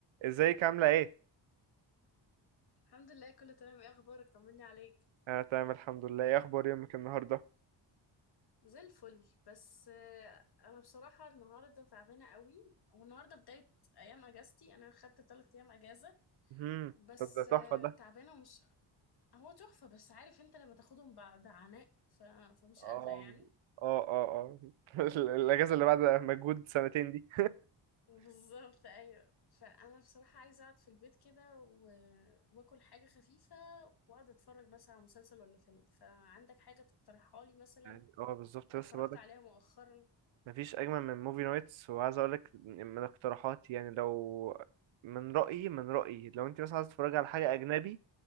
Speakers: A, on the right (about 80°); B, on the left (about 55°).
A: ازيك عاملة ايه؟
B: الحمد لله كله تمام ايه اخبارك طمني عليك
A: انا تمام الحمد لله ايه اخبار يومك النهاردة؟
B: زي الفل بس آه، انا بصراحه النهارده تعبانه قوي والنهارده بدايه ايام اجازتي انا خدت ثلاث ايام اجازه
A: امم
B: بس
A: طب ده تحفة
B: آه،
A: ده
B: تعبانه ومش هو تحفه بس عارف انت لما تاخدهم بعد عناء ف... فمش
A: اه
B: قادره يعني
A: اه اه اه <laughs> ال- الاجازة اللي بعد مجهود سنتين دي
B: بالظبط ايوه فانا بصراحه عايزه اقعد في البيت كده و... واكل حاجه خفيفه واقعد اتفرج بس على مسلسل ولا فيلم فعندك حاجه تقترحها لي مثلا
A: يعني اه بالظبط
B: اتفرجت
A: لسه بقولك
B: عليها مؤخرا
A: مفيش اجمل من موفي نايتس وعايز اقولك من اقتراحاتي يعني لو من رأيي من رأيي لو انت مثلا عايز تتفرج على حاجة اجنبي